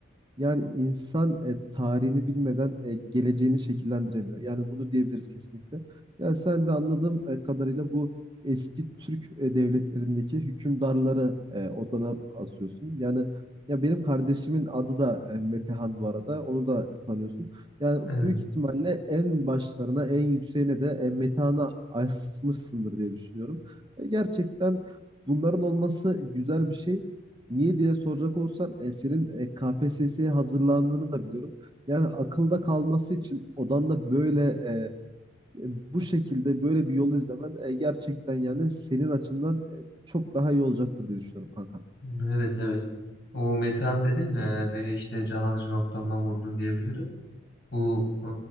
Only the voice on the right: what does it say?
yani insan e, tarihini bilmeden e, geleceğini şekillendiremiyor. Yani bunu diyebiliriz kesinlikle. Yani sen de anladığım e, kadarıyla bu eski Türk e, devletlerindeki hükümdarları e, odana asıyorsun. Yani ya benim kardeşimin adı da e, Metehan bu arada. Onu da tanıyorsun. Yani
büyük ihtimalle en başlarına, en yükseğine de e, metana asmışsındır diye düşünüyorum. E, gerçekten bunların olması güzel bir şey. Niye diye soracak olursan e, senin e, KPSS'ye hazırlandığını da biliyorum. Yani akılda kalması için odanda böyle e, e, bu şekilde böyle bir yol izlemen e, gerçekten yani senin açından e, çok daha iyi olacaktır diye düşünüyorum kanka.